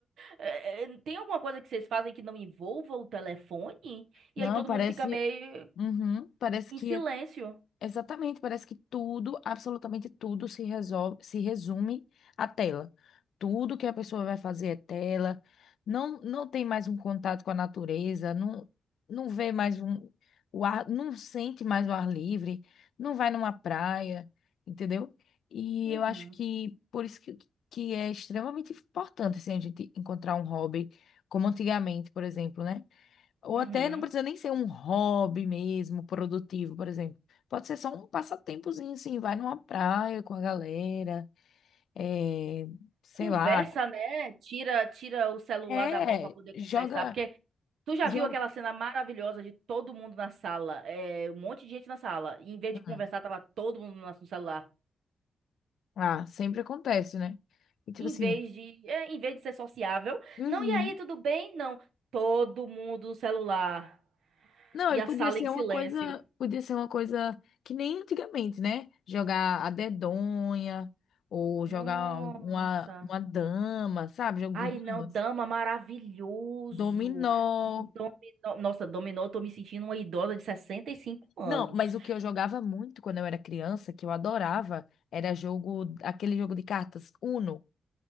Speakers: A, on the right; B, on the left.
A: É, é, tem alguma coisa que vocês fazem que não envolva o telefone?
B: Não,
A: E aí todo
B: parece.
A: mundo fica meio
B: Uhum, parece
A: em
B: que
A: silêncio.
B: é Exatamente, parece que tudo, absolutamente tudo se resolve, se resume à tela. Tudo que a pessoa vai fazer é tela. Não, não tem mais um contato com a natureza, não, não vê mais um, o ar, não sente mais o ar livre, não vai numa praia, entendeu? E
A: Uhum,
B: eu acho que por isso que, que é extremamente importante assim, a gente encontrar um hobby, como antigamente, por exemplo, né? Ou
A: uhum.
B: até não precisa nem ser um hobby mesmo, produtivo, por exemplo. Pode ser só um passatempozinho, assim, vai numa praia com a galera, é, sei
A: Conversa,
B: lá,
A: né? Tira, tira o celular
B: é,
A: da mão pra poder
B: joga,
A: conversar, porque tu já
B: joga.
A: viu aquela cena maravilhosa de todo mundo na sala, é, um monte de gente na sala, e em vez de conversar,
B: Hum.
A: tava todo mundo no no celular.
B: Ah, sempre acontece, né? E tipo
A: Em
B: assim,
A: vez de, é, em vez de ser sociável,
B: uhum.
A: não, e aí, tudo bem? Não, todo mundo no celular
B: Não,
A: e
B: e
A: a
B: podia
A: sala
B: ser
A: em silêncio.
B: uma coisa, podia ser uma coisa que nem antigamente, né? Jogar a dedonha, ou
A: Nossa.
B: jogar uma, uma dama, sabe? Jogo
A: Ai,
B: de damas.
A: não, dama, maravilhoso.
B: Dominó.
A: Um dominó. Nossa, dominó, eu tô me sentindo uma idosa de 65 anos.
B: Não, mas o que eu jogava muito quando eu era criança, que eu adorava, era jogo, aquele jogo de cartas Uno,